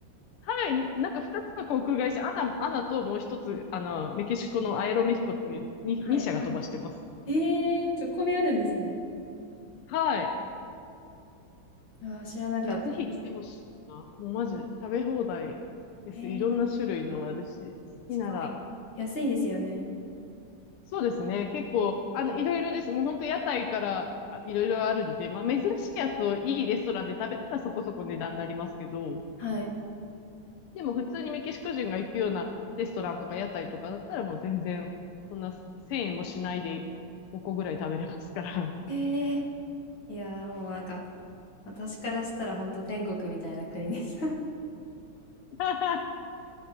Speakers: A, on the left (about 80°); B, on the left (about 65°).
A: ハワイに、なんか二つの航空会社、アナ、アナともう一つ、あの、メキシコのアエロメヒコっていうに2社が飛ばしてます。
B: はい、はい。えー、チョコビあるんですね。
A: はい。
B: いやー、知らなかったです。
A: いや、ぜひ来てほしいな。もうマジ、食べ放題です。
B: えー、
A: いろんな種類のあるし、
B: しかも
A: 好きなら。
B: 安いんですよね。
A: そうですね。結構、あの、いろいろです。もう本当屋台からあいろいろあるんで、まあ珍しいやつをいいレストランで食べたらそこそこ値段になりますけど、
B: はい。
A: でも普通にメキシコ人が行くようなレストランとか屋台とかだったらもう全然、そんな1000円もしないで5個ぐらい食べれますから。
B: えー、いやー、もうなんか、私からしたら本当天国みたいな国です。<laughs>
A: <laughs>